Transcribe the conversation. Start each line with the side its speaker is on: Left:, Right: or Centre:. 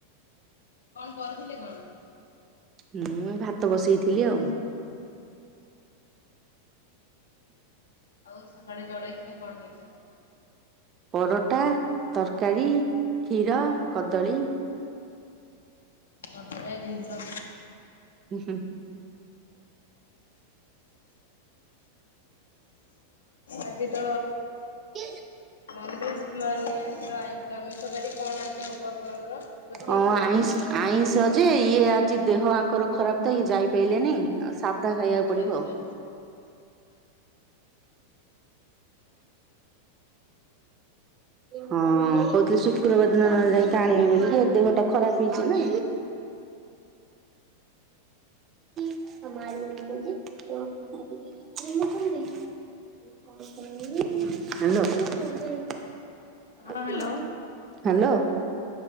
Left: କଣ କରୁଥିଲେ କଣ?
Right: ମୁଁ ଏ ଭାତ ବସେଇଥିଲି ଆଉ।
Left: ଆଉ ସକାଳେ ଜଳଖିଆ କଣ ହେଇଛି ଆପଣଙ୍କର?
Right: ପରଟା, ତରକାରୀ, କ୍ଷୀର, କଦଳୀ
Left: ବଢିଆ ଜିନିଷ।
Right: ଉଁହୁଁ
Left: ଆଜି ତ
Right: <unintelligible>
Left: ନନଭେଜ ମାନେ ଆଜି ତ ଆଇଁଷ ଆମିଷ ବାରି କଣ ଆଜି ହବ ଆପଣଙ୍କର ରୋଷେଇ?
Right: ହଁ ଆଇଁ ଆଇଁଷ ଯେ ଇଏ ଆଜି ଦେହ ଆଙ୍କର ଖରାପ ତ ଇଏ ଯାଇପାଇଲେନି। ଆଉ ଖାଇବାକୁ
Left: ଆଚ୍ଛା
Right: ପଡିବ
Left: ଆଚ୍ଛା।
Right: ଆଉ। ହଁ କହୁଥିଲି ସୁ ଶୁକ୍ରବାର ଦିନ ନହେଲେ ଯାଇକି ଆଣିବେ ବୋଲି ଦେହ ଟା ଖରାପ ହେଇଛିନା। <unintelligible> କଣ କରିବି। ହାଲୋ ହାଲୋ।
Left: ହଁ ହ୍ୟାଲୋ